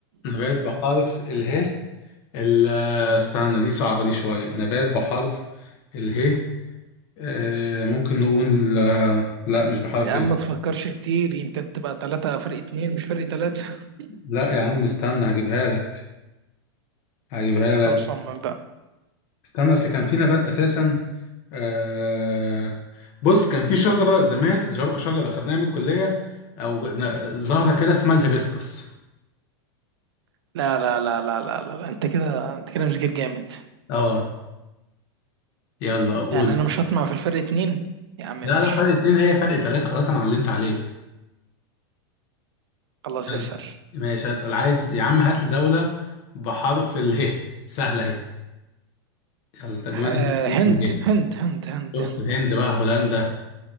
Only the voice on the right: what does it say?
يا عم
ما تفكرش كتير يمكن تبقى ثلاثة فرق اتنين مش فرق ثلاثة
انت مصمم بقى
لا لا لا لا لا لا, لا. انت كده انت كده مذاكر جامد
يعني انا
مش هطمع في الفرق اتنين يا عم ماشي
خلاص
اسأل
آه،
هند
هند هند هند
هند